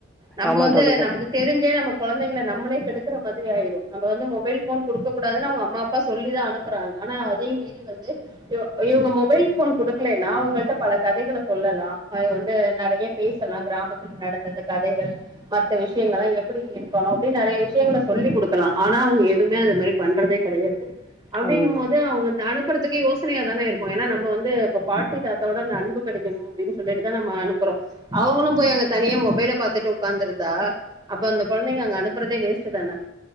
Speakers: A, on the right; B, in the centre.
A: நம்ம
B: ஆமா
A: வந்து
B: தோழி கண்டிப்பா
A: நமக்கு தெரிஞ்சே நமக்கு கொழந்தைளை நம்மளே கெடுக்கிற மாதிரி ஆயிடு நம்ம வந்து மொபைல் ஃபோன் குடுக்கக் கூடாதுன்னு அவங்க அம்மா அப்பா சொல்லிதா அனுப்புறாங்க ஆனா அதையு மீறி வந்து இவ் இவங்க மொபைல் ஃபோன் குடுக்கலைன்னா அவங்கள்ட்ட பல கதைகள சொல்லலா ஆ வந்து நெறைய பேசலா கிராமத்துல நடந்த அந்த கதைகள் மத்த விஷயங்கள்லா எப்படி இருக்கணு அப்டின்னு நெறைய விஷயங்கள சொல்லி குடுக்கலாம் ஆனா அவங்க எதுவுமே அது மாரி பண்றதே கெடையாது அப்டிங்கும்
B: ம்
A: போது
B: ம்
A: அவங்கள்ட்ட அனுப்புறதுக்கே யோ சனையாதான இருக்கு ஏன்னா நம்ம வந்து இப்ப பாட்டி தாத்தாவோட அந்த அன்பு கெடைக்கணு அப்படின்னு சொல்லிட்டுதா நம்ம அனுப்புறோ அவங்களு போய் அங்க தனியா மொபைல பாத்துட்டு உக்காந்துருந்தா அப்ப அந்த கொழந்தைங்க அங்க அனுப்புறதே வேஸ்ட்டுதான